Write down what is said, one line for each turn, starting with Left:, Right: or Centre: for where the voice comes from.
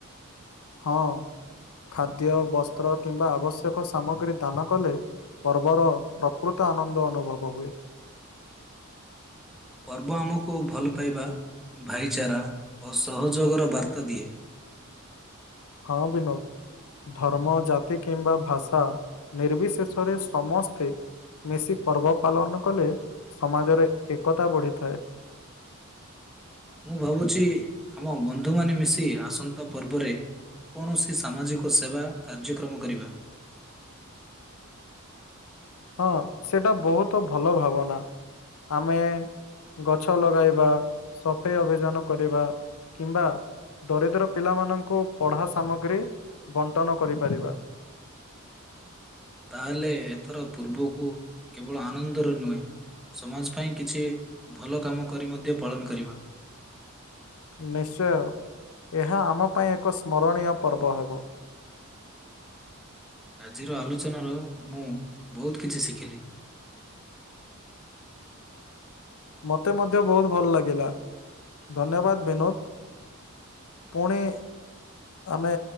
Left: ହଁ ଖାଦ୍ୟ ବସ୍ତ୍ର କିମ୍ବା ଆବଶ୍ୟକ ସାମଗ୍ରୀ ଦାନ କଲେ ପର୍ବର ପ୍ରକୃତ ଆନନ୍ଦ ଅନୁଭବ ହୁଏ।
Centre: ପର୍ବ ଆମକୁ ଭଲ ପାଇବା ଭାଇଚାରା ଓ ସହଯୋଗର ବାର୍ତ୍ତା ଦିଏ।
Left: ହଁ ବିନୋଦ ଧର୍ମ ଜାତି କିମ୍ବା ଭାଷା ନିର୍ବିଶେଷରେ ସମସ୍ତେ ମିଶି ପର୍ବ ପାଳନ କଲେ ସମାଜରେ ଏକତା ବଢ଼ିଥାଏ।
Centre: ମୁଁ ଭାବୁଛି ଆମ ବନ୍ଧୁମାନେ ମିଶି ଆସନ୍ତା ପର୍ବରେ କୌଣସି ସାମାଜିକ ସେବା କାର୍ଯ୍ୟକ୍ରମ କରିବା।
Left: ହଁ ସେଇଟା ବହୁତ ଭଲ ଭାବନା ଆମେ ଗଛ ଲଗାଇବା ସଫେଇ ଅଭିଯାନ କରିବା କିମ୍ବା ଦରିଦ୍ର ପିଲାମାନଙ୍କୁ ପଢ଼ା ସାମଗ୍ରୀ ବଣ୍ଟନ କରିପାରିବା।
Centre: ତାହେଲେ ଏଥର ପୂର୍ବକୁ କେବଳ ଆନନ୍ଦରେ ନୁହେଁ ସମାଜ ପାଇଁ କିଛି ଭଲ କାମ କରି ମଧ୍ୟ ପାଳନ କରିବା।
Left: ନିଶ୍ଚୟ ଏହା ଆମ ପାଇଁ ଏକ ସ୍ମରଣୀୟ ପର୍ବ ହେବ।
Centre: ଆଜିର ଆଲୋଚନାର ମୁଁ ବହୁତ କିଛି ଶିଖିଲି।
Left: ମତେ ମଧ୍ୟ ବହୁତ ଭଲ ଲାଗିଲା ଧନ୍ୟବାଦ ବିନୋଦ। ପୁଣି ଆମେ